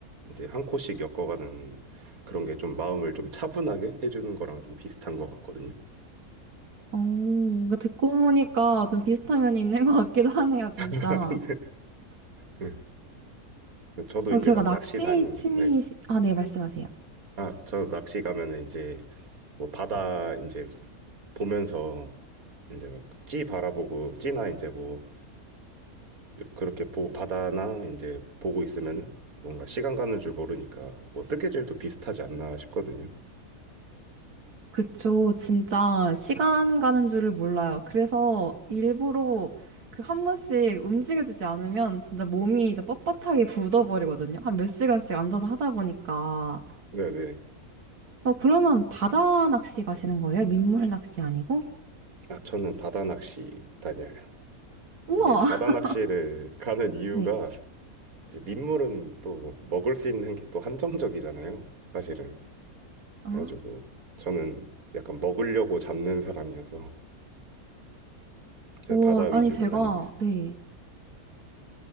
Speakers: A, on the right; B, on the right.
A: 이제 한 코씩 엮어가는 그런 게 좀 마음을 좀 차분하게 해주는 거랑 좀 비슷한 것 같거든요.
B: 어, 이거 듣고 보니까 좀 비슷한 면이 있는 것 같기도 하네요, 진짜.
A: <laughs> 근데 네. 저도
B: 어,
A: 이제
B: 제가
A: 막
B: 낚시
A: 낚시 다니면
B: 취미,
A: 네.
B: 아, 네, 말씀하세요.
A: 아, 저 낚시 가면은 이제 뭐 바다 이제 보면서 이제 막 찌 바라보고 찌나 이제 뭐 그렇게 보 바다나 이제 보고 있으면은 뭔가 시간 가는 줄 모르니까 뭐 뜨개질도 비슷하지 않나 싶거든요.
B: 그쵸. 진짜 시간 가는 줄을 몰라요. 그래서 일부러 그 한 번씩 움직여주지 않으면 진짜 몸이 이제 뻣뻣하게 굳어버리거든요. 한 몇 시간씩 앉아서 하다 보니까.
A: 네네.
B: 어, 그러면 바다 낚시 가시는 거예요? 민물 낚시 아니고?
A: 아, 저는 바다 낚시 다녀요.
B: 우와!
A: 이게 바다 낚시를 가는
B: <laughs>
A: 이유가
B: 네.
A: 이제 민물은 또 먹을 수 있는 게 또 한정적이잖아요. 사실은.
B: 아,
A: 그래가지고 저는 약간 먹으려고 잡는 사람이어서 그래서
B: 오,
A: 바다 위주로
B: 아니, 제가,
A: 다니고 있어요.
B: 네.